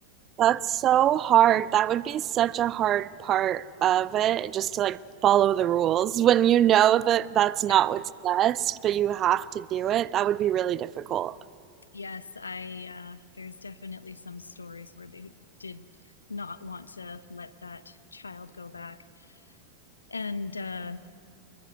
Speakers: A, on the right; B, on the left.
A: That's so hard. That would be such a hard part of it, just to like follow the rules when you know that that's not
B: Yeah.
A: what's best, but you have to do it. That would be really difficult.
B: Yes, I uh, there's definitely some stories where they did not want to let that child go back. And uh,